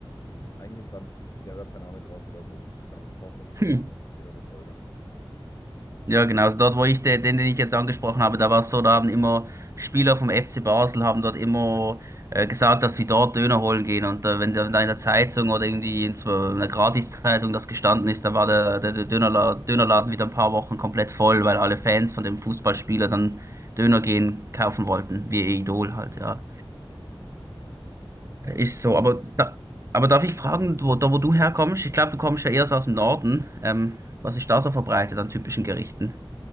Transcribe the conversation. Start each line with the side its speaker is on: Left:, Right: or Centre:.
Left: eingebrannt der Rappername drauf oder so. Und dann kaufen das die Leute,
Right: <laughs>
Left: steht aber teurer.
Right: Ja, genau. Also dort, wo ich den, den, den ich jetzt angesprochen habe, da war es so, da haben immer Spieler vom FC Basel haben dort immer äh, gesagt, dass sie dort Döner holen gehen. Und äh, wenn da wenn da in der Zeitung oder irgendwie in so einer Gratiszeitung das gestanden ist, dann war der, der, der Dönerla Dönerladen wieder ein paar Wochen komplett voll, weil alle Fans von dem Fußballspieler dann Döner gehen kaufen wollten, wie ihr Idol halt, ja.
Left: Ja,
Right: Das Ist
Left: stimmt.
Right: so, aber da, aber darf ich fragen, wo, da wo du herkommst? Ich glaube, du kommst ja eher so aus dem Norden. Ähm, was ist da so verbreitet an typischen Gerichten?